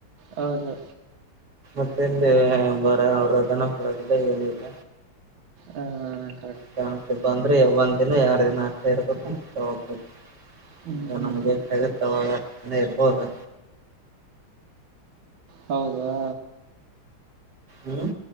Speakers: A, on the right; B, on the right.
A: ಹೌದು
B: ದು ಬರ ಅವ್ರಧನ ಪಡದಲ್ಲ ಏನಿಲ್ಲ
A: ಹ್ಮ
B: ಕಾಣತಿ ಬಂದ್ರೆ ಒಂದ್ ದಿನ ಯಾರ್ ದಿನ ಆಗ್ತಾ ಇರ್ಬೇಕತ ಹೋಗ್ಬೇಕು
A: ಹ್ಮ್ ಹ್ಮ್
B: ನಮ್ಗೆ ಹೆ ಆಗುತ್ತವಾಗ ಏನೇ ಇರ್ಬೋುದು
A: ಹೌದಾ
B: ಹ್ಮ್